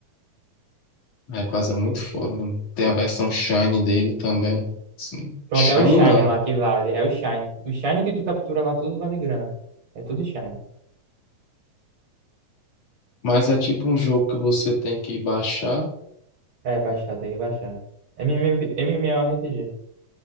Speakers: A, on the left; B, on the right.
A: Rayquaza é muito
B: assim.
A: foda, mano. Tem a versão Shiny dele também. Sim.
B: Pronto,
A: Shiny
B: é o Shine
A: não.
B: lá que vale. É o Shine. O Shine que tu captura lá tudo vale grana. É tudo Shine.
A: Mas é tipo um jogo que você tem que baixar.
B: É, baixar, tem que baixar. MM MMORPG.